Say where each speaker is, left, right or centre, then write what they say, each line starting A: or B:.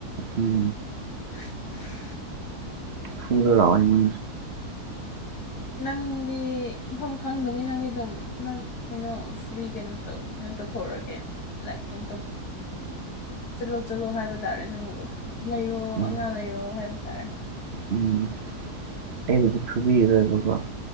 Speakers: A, on the right; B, on the left.
A: ꯎꯝ
B: <inaudible>
A: ꯐꯗ ꯍꯋꯥꯏ ꯃ
B: ꯅꯪꯗꯤ ꯃꯐꯝ ꯈꯪꯗꯕꯅꯤ ꯅꯪꯗꯤ ꯑꯗꯨꯝ ꯅꯪ ꯀꯩꯅꯣ ꯐ꯭ꯔꯤ ꯀꯩꯅꯣ ꯀꯩꯅꯣ ꯇꯧꯊꯣꯛꯛꯑꯒꯦ ꯂꯥꯏꯛ ꯀꯩꯅꯣ ꯇ ꯆꯠꯂꯣ ꯆꯠꯂꯣ ꯍꯥꯏꯕ ꯇꯥꯔꯦ ꯅꯪꯕꯨ ꯂꯩꯔꯣ
A: ꯎꯝ
B: ꯑꯉꯥꯡ ꯂꯩꯔꯣ ꯍꯥꯏꯕ ꯇꯥꯔꯦ
A: ꯎꯝ ꯑꯩꯕ ꯈꯕꯤꯔ ꯔꯕꯕꯣ